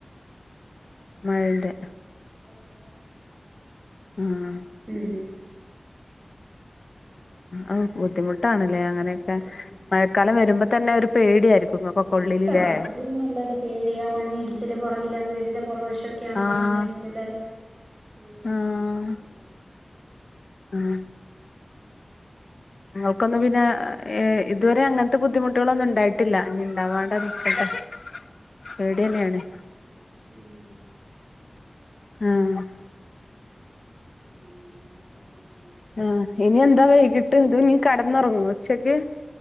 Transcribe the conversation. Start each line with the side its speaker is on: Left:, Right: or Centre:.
Left: മഴൻ്റെ
Right: <unintelligible>
Left: ആഹ്
Right: ഉം
Left: ആഹ ബുദ്ധിമുട്ടാണ്ല്ലേ അങ്ങനെയൊക്കെ
Right: ബുദ്ധിമുട്ടാന്നേ
Left: മഴക്കാലം വരുമ്പോ തന്നെ ഒരു പേടിയായിരിക്കും ഇങ്ങക്കൊക്കെ
Right: പേടിയാ
Left: ഉള്ളിലില്ലേ
Right: അത് പിന്നെല്ലാതെ. പേടിയാ. മണ്ണിടിച്ചില് പൊറകില് വീടിന്റെ പൊറക് വശം ഒക്കെയാണെങ്കില്
Left: ആഹ്
Right: മണ്ണിടിച്ചില്. പേടിയണെ
Left: ആഹ്
Right: പേടിയ
Left: ആഹ് ഞങ്ങക്കൊന്നും പിന്നെ ഇ ഇതുവരെ അങ്ങനത്തെ ബുദ്ധിമുട്ടുകളൊന്നും ഉണ്ടായിട്ടില്ല
Right: ഉം
Left: ഇനി ഉണ്ടാവാ <unintelligible> പേടി എന്നെയാണ്
Right: ഉം
Left: ആഹ്
Right: പിന്നെ വേറെന്നാണ്ട്
Left: ആഹ് ഇനി എന്താ വൈകീട്ട്? ഇത് ഇന്നി കെടന്ന് ഒറങ്ങോ ഉച്ചെക്ക്?